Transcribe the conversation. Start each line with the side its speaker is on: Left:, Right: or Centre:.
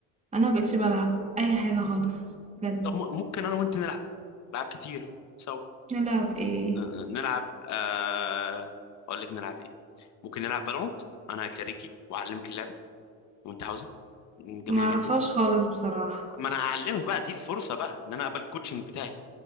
Right: انا ما بقتش بلعب اي حاجة خالص بجد
Left: طب م- ممكن انا وانت نلعب نلعب كتير سوا
Right: نلعب ايه
Left: آه، آه، نلعب آه... اقول لك نلعب ايه ممكن نلعب فالورانت انا كاريكي واعلمك اللعبه وانت عاوزها م، جميله
Right: ما اعرفهاش
Left: جدا
Right: خالص بصراحة
Left: ما انا هعلمك بقى دي الفرصه بقى ان انا اقبل الكوتشنج بتاعك